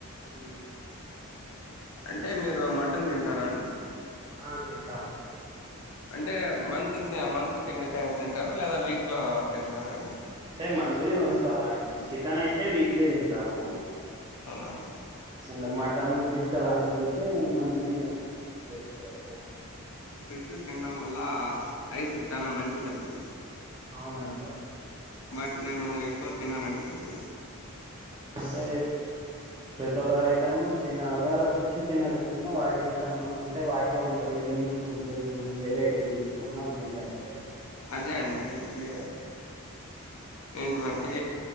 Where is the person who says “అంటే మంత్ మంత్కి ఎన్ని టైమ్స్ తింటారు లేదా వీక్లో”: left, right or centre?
Left